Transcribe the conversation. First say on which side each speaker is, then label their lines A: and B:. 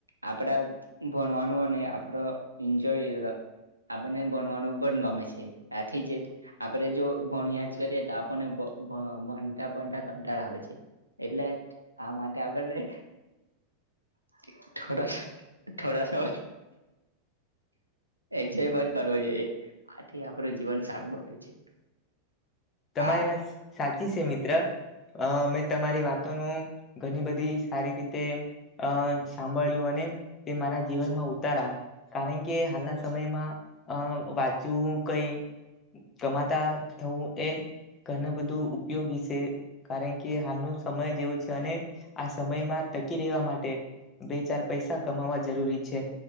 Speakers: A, on the right (about 80°); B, on the left (about 25°).
A: આપડા ભણવાનું અને આપડો એન્જોય અહ આપણને ભણવાનું પણ ગમે છે, આથી જે આપણેે જો ભણ્યા જ કરીએ તો આપણને ભભહ ભનતા-ભનતા કંટાળો આવે છે. એટલે આ માટે <unintelligible> થોડાસ થોડા સ એન્જોય પણ કરવો જોઈએ. આથી આપડું જીવન સારું બને છે.
B: તમારી
A: આ
B: વાત સાચી છે મિત્ર. અહ મે તમારી વાતોનું ઘણી બધી સારી રીતે અહ સાંભળ્યું અને તે મારા જીવનમાં ઉતારા, કારણ કે હાલના સમયમાં અહ વાંચવું કંઈ ગમાતા થવું એ ઘણું બધું ઉપયોગી છે, કારણ કે હાલનો સમય જેવો છે અને આ સમયમાં ટકી રહેવા માટે બે ચાર પૈસા કમાવા જરૂરી છે.